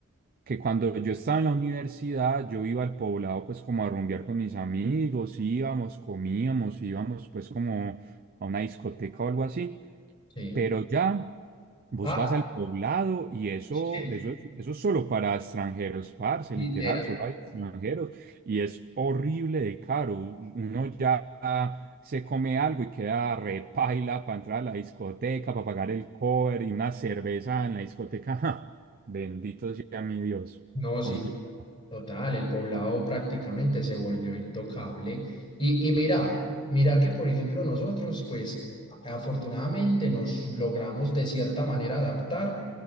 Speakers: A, on the right; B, on the left.
A: que cuando yo estaba en la universidad, yo iba al poblado pues como a rumbear con mis amigos, íbamos, comíamos, íbamos pues como a una discoteca o algo así.
B: Sí.
A: Pero ya vos
B: Ah,
A: vas al poblado y eso,
B: sí,
A: eso es, eso es solo para extranjeros, parce,
B: literal.
A: literal, solo hay extranjeros y es horrible de caro. Uno ya se come algo y queda repaila para entrar a la discoteca, para pagar el cover y una cerveza en la discoteca. <laughs> ja, Bendito sea mi Dios,
B: No,
A: complicado.
B: sí, total, el poblado prácticamente se volvió intocable. Y, y mira, mira que por ejemplo nosotros, pues a- afortunadamente nos logramos de cierta manera adaptar